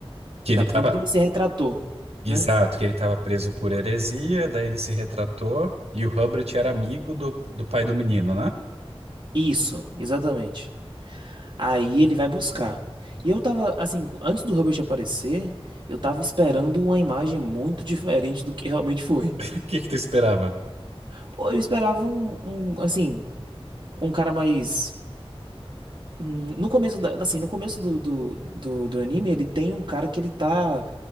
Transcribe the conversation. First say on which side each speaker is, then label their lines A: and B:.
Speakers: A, on the right; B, on the right.
A: Que
B: da
A: ele
B: prisão
A: tava.
B: porque ele se retratou,
A: Exato,
B: né?
A: que ele estava preso por heresia, daí ele se retratou e o Hubert era amigo do, do pai do menino, né? <laughs>
B: Isso, exatamente. Aí ele vai buscar. E eu tava, assim, antes do Hubbard aparecer, eu tava esperando uma imagem muito <laughs> diferente do que realmente foi.
A: O que que tu esperava?
B: Pô, eu esperava um, um, assim, um cara mais. Hum, No começo da, assim, no começo do, do, do, do anime, ele tem um cara que ele tá